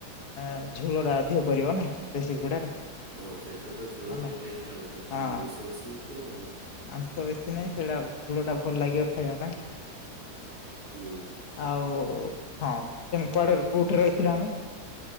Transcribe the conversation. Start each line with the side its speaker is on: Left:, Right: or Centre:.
Left: ଆ ଝୋଳ ଟା ଅଧିକ କରିବ ନା ଦେଶୀ କୁକୁଡାରେ।
Right: ହଁ ସେଠାରେ ତ ଝୋଳ
Left: ହେଲା
Right: ଟେ ଟେଷ୍ଟ ଆଉ ସେଠା
Left: ହଁ
Right: ତ ମାଂସ ବେଶୀ ନଥିବ ଆଉ।
Left: ମାଂସ ବେଶୀ ନାହିଁ ସେଇଟା ଝୋଳ ଟା ଭଲ ଲାଗିବ ଖାଇବା ପାଇଁ।
Right: ହୁ।
Left: ଆଉ ହଁ ଚିକେନ୍ କୁଆଡେ କୋଉଠି ରହିଥିଲ ଆମେ?